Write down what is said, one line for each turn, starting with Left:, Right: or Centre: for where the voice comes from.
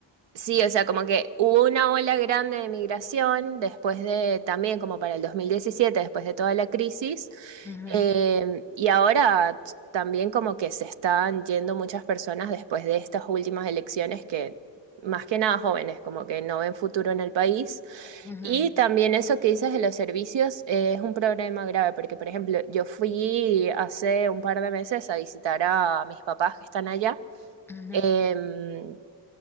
Right: Sí, o sea, como que hubo una ola grande de migración después de, también como para el 2017 después de toda la crisis,
Centre: Ujú,
Right: eh, y ahora t- también como que se están yendo muchas personas después de estas últimas elecciones que, más que nada jóvenes, como que no ven futuro en el país.
Centre: ujú,
Right: Y también eso que dices de los servicios eh, es un problema grave, porque por ejemplo, yo fui hace un par de meses a visitar a mis papás que están allá.
Centre: ujú.
Right: Em,